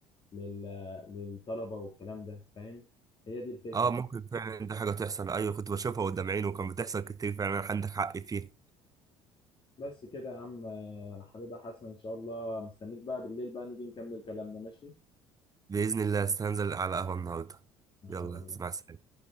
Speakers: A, on the left (about 40°); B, on the right (about 25°).
A: لل... للطلبه والكلام ده فاهم هي دي الفكره
B: اه ممكن فعلا دي حاجة تحصل ايوه كنت بشوفها قدام عيني وكان بتحصل كتير فعلا عندك حق فيها
A: بس كده يا عم آه، حبيبي يا حسن ان شاء الله مستنيك بقى بالليل بقى نيجي نكمل كلامنا ماشي
B: بإذن الله استنزل على قهوة النهاردة
A: إن
B: يلا
A: شاء الله
B: مع السلامة